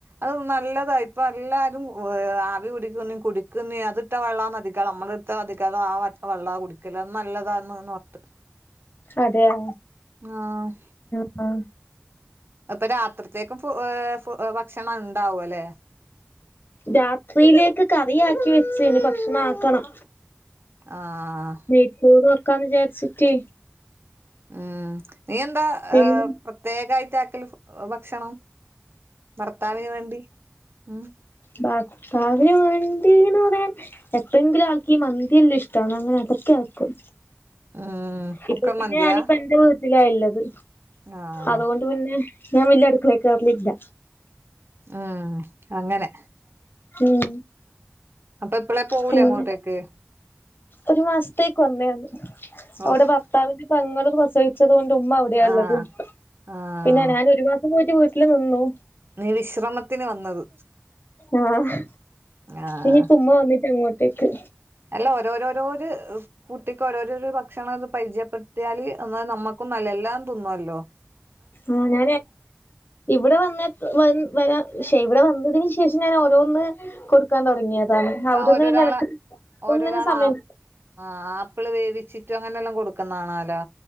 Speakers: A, on the right (about 60°); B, on the left (about 55°).
A: അത് നല്ലതാ ഇപ്പ എല്ലാരും വേ ഏ ആവി കുടിക്കുന്ന കുടിക്കുന്ന യാ അത് ഇട്ട വെള്ളംന്ന് നധിക്കാ നമ്മള ഇടുട്ട നതിക്കാതെ ആ വെള്ളം കുടിക്കല്ല് നല്ലതാണോട്ട്
B: അതെയാ
A: ആഹ്
B: ആഹ്
A: അപ്പൊ രാത്രിത്തേക്കും ഫുഹെ ഫു ഭക്ഷണം ഉണ്ടാവും അല്ലെ
B: രാത്രിയിലേക്ക് കറിയാക്കി വെച്ചിനി ഭക്ഷണം ആക്കണം
A: ആഹ്
B: നൈച്ചോർ വക്കാന്ന് വിചാരിച്ചിട്ടേ
A: ഉം നീ എന്താ
B: പിന്നെ
A: ഏഹ് പ്രത്യേകായിട്ട് ആക്കൽ ഭക്ഷണം ഭർത്താവിന് വേണ്ടി ഉം
B: ഭാർത്താവിന് വേണ്ടീന്ന് പറയാൻ എപ്പഴെങ്കിലും ആൾക്കീ മന്തില്ലും ഇഷ്ടാന്ന്. അങ്ങനെ അതൊക്കെ ആക്കും.
A: ഉം കുക്കർ
B: ഇപ്പൊ പിന്നെ
A: മന്തിയാ
B: നാനിപ്പോ എന്റെ വീട്ടിലാ ഇള്ളത്.
A: ആഹ്
B: അതുകൊ മുന്നെ ഞാൻ വല്യാ അടുക്കളെകേറലില്ല
A: ഉം അങ്ങനെ
B: ഉം
A: അപ്പൊ ഇപ്പളേ പോവൂലേ
B: പിന്നെ
A: അങ്ങോട്ടേക്ക്
B: ഒരു മാസത്തേക്ക് വന്നെയാന്ന് അവിടെ
A: ഓഹ്
B: ഭർത്താവിന്റെ പങ്ങൾ പ്രസവി ഉച്ചതുകൊണ്ട് ഉമ്മ അവിടെയാള്ളത്
A: ആഹ് ആഹ്
B: പിന്നെ ഞാൻ ഒരു മാസം പോയിട്ട് വീട്ടിൽ നിന്നു
A: നീ വിശ്രമത്തിന് വന്നത്
B: ആഹ്
A: ആഹ്
B: ഇനിപ്പം ഉമ്മ വന്നിട്ട് അങ്ങോട്ടേക്ക്
A: അല്ല ഓരോരോരോര് കുട്ടിക്ക് ഓരോരോരോ ഭക്ഷണം ഒക്കെ പരിചയപ്പെ <unintelligible> യാല് എന്നാ നമ്മക്കും നല്ലാ. എല്ലാം തിന്നോല്ലോ.
B: ആ, ഞാന് ഇവിടെ വന്നത് വന്ന് വരാ ശ്ശെ! ഇവിടെ വന്നതിന് ശേഷം ഞാന് ഓരോന്ന് കൊട് കാൻ തൊടങ്ങിയതാണ്.
A: ഇപ്പൊ
B: അവിടുന്ന്
A: ഓരോരാളെ
B: പിന്നെ എനക്ക്
A: ഓരോരാള്
B: ഒന്നിനും സമയം കി
A: ആ ആപ്പ്ള് വേവിച്ചിട്ട് അങ്ങനെല്ലാം കൊട്ക്ക്ന്നാണാലോ.